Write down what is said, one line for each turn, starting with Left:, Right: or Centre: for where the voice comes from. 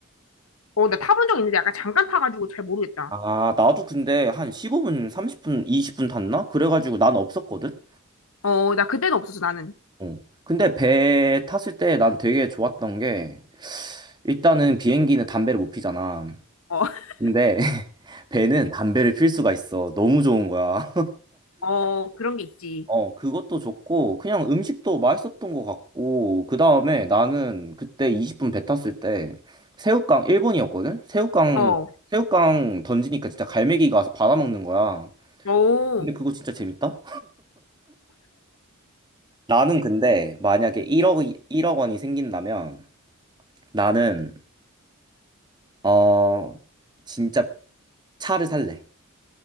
Left: 어, 나 타본 적 있는데 약간 잠깐 타가지고 잘 모르겠다.
Right: 아, 나도 근데 한 15분, 30분, 20분 탔나? 그래가지고 난 없었거든?
Left: 어, 나 그때는 없었어, 나는.
Right: 어. 근데 배 탔을 때 난 되게 좋았던 게, 일단은 비행기는 담배를 못 피잖아.
Left: 어, <laughs>
Right: 근데 <laughs> 배는 담배를 필 수가 있어. 너무 좋은 거야.
Left: 어, 그런 게 있지.
Right: 어, 그것도 좋고, 그냥 음식도 맛있었던 것 같고, 그 다음에 나는 그때 20분 배 탔을 때, 새우깡, 일본이었거든? 새우깡,
Left: 어,
Right: 새우깡 던지니까 진짜 갈매기가 와서 받아먹는 거야.
Left: 오,
Right: 근데 그거 진짜 재밌다? 나는 근데 만약에 1억, 1억 원이 생긴다면, 나는, 어, 진짜 차를 살래.